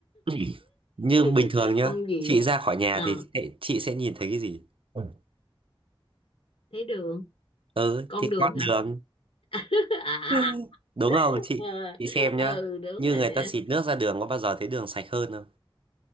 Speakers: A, on the right (about 70°); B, on the left (about 75°).
A: <clears throat> như bình
B: <laughs>
A: thường nhá
B: con gì
A: chị ra khỏi nhà
B: ờ
A: thì sẽ- chị sẽ nhìn thấy cái gì Ôi,
B: thấy đường
A: ừ
B: con
A: thì
B: đường
A: con
B: hả
A: đường
B: <laughs> à,
A: Ừ,
B: à.
A: đúng không chị
B: Ờ,
A: chị xem nhá
B: ừ đúng
A: như
B: rồi
A: người ta
B: á
A: xịt nước ra đường có bao giờ thấy đường sạch hơn không